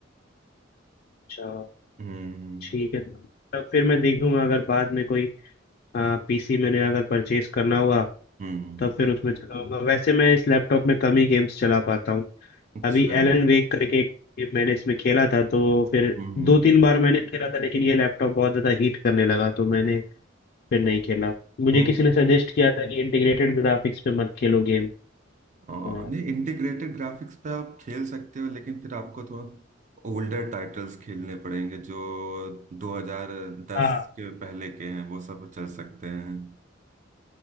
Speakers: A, on the left (about 50°); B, on the right (about 40°).
A: अच्छा
B: हम्म
A: ठीक है तब फिर मैं देखूंगा अगर बाद में कोई पीसी मैंने अगर परचेज करना हुआ
B: हम्म
A: तब फिर उसमें चलाऊंगा वैसे मैं इस लैपटॉप में कम ही गेम्स चला पाता हूँ
B: अच्छा
A: अभी एलन वेक करके एक मैंने इसमें खेला था तो फिर
B: हम्म
A: दो तीन बार मैंने खेला था लेकिन ये लैपटॉप बहुत ज्यादा हीट करने लगा तो मैंने फिर नहीं खेला मुझे
B: हम्म
A: किसी ने सजेस्ट किया था कि इंटीग्रेटेड ग्राफिक्स पे मत खेलो गेम
B: आ,
A: हाँ
B: नहीं इंटीग्रेटेड ग्राफिक्स पे आप खेल सकते हो लेकिन फिर आपको थोड़ा ओल्डर टाइटल्स खेलने पड़ेंगे जो 2010
A: हाँ
B: के पहले के हैं वो सब चल सकते हैं